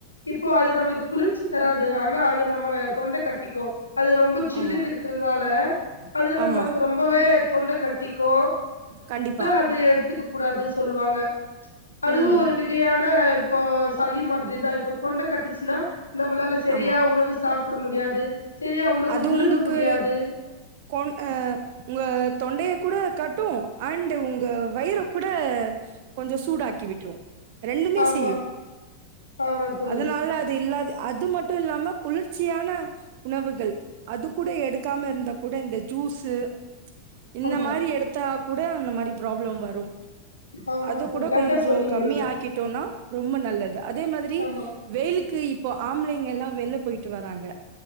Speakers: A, on the left; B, on the right.
A: இப்போ அது நம்மளுக்கு குளிர்ச்சி தராது ஆனா அது நம்ம தொண்ட கட்டிக்கும் அது ரொம்ப ஜில்லுன்னு
B: ஆமா
A: இருக்குறதுனால அதுல
B: ஆமா
A: நம்மக்கு ரொம்பவே தொண்ட கட்டிக்கோ
B: கண்டிப்
A: அது எடுத்துக்க கூடாது அது சொல்லுவாங்க அதுவும்
B: ம்
A: ஒரு விகையான இப்ப சளி மாதிரிதான் இப்ப தொண்ட கட்டிச்சுன்னா நம்மளால சரியா
B: ஆமா.
A: உணவு சாப்பிட முடியாது சரியா உணவு
B: அது
A: முழுங்க
B: உங்களுக்கு
A: முடியாது
B: கொ அஹ து தொண்டைய கூட கட்டும் அண்ட் உங்க வயிற கூட கொஞ்சம் சூடாக்கி விட்ரும் ரெண்டுமே
A: ஆமா
B: செய்யும்
A: ஆமா தோழி
B: அதனால அது இல்லாத அது மட்டும் இல்லாம குளிர்ச்சியான உணவுகள் அது கூட எடுக்காம இருந்தா கூட இந்த ஜூஸு இந்த
A: ஆமா
B: மாரி எடுத்தா கூட அந்த மாரி ப்ராப்ளம் வரும்
A: ஆமா
B: அது
A: தோழி
B: கூட
A: கரெக்டா
B: கொஞ்சம்
A: சொன்னீங்க
B: கம்மிய
A: நீங்க
B: ஆக்கிட்டோனா ரொம்ப நல்லது அதே மாதிரி
A: ஆமா
B: வெயிலுக்கு இ இப்போ ஆம்ளைங்க எல்லாம் வெளில போய்ட்டு வராங்க